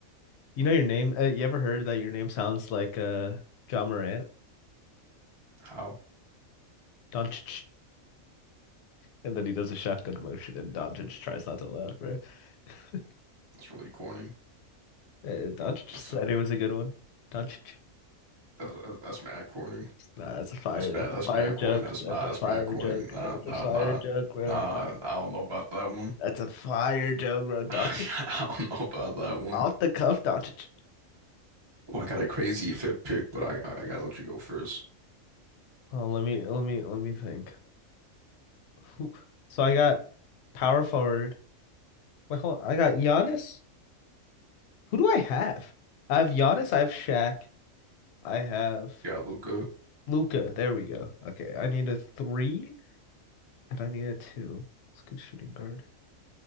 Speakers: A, on the left (about 60°); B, on the right (about 25°).
A: You know your name. Uh, you ever heard that your name sounds like uh John Morant?
B: How?
A: Doncic, and then he does a shotgun motion, and Doncic tries not to laugh, bro. <laughs>
B: That's really corny.
A: Uh, Doncic said
B: That's a,
A: it was a good one. Doncic.
B: that's, that's that's mad corny.
A: Nah, that's a fire.
B: That's mad.
A: That's
B: That's
A: a fire
B: mad
A: joke.
B: corny. That's
A: That's
B: nah.
A: a
B: That's
A: fire
B: mad corny.
A: joke.
B: Nah,
A: That's
B: nah,
A: a fire
B: nah,
A: joke, bro.
B: nah. I don't know about that one.
A: That's a fire joke,
B: <laughs>
A: bro. Doncic
B: I don't know about that one.
A: off the cuff, Doncic.
B: Well, I got a crazy fifth pick, but I, I, I gotta let you go first.
A: Oh, let me let me let me think. Who? So I got power forward. Wait, hold on. I got Giannis. Who do I have? I have Giannis. I have Shaq. I have
B: got Luca,
A: Luca. There we go. Okay, I need a three and I need a two. It's a good shooting guard.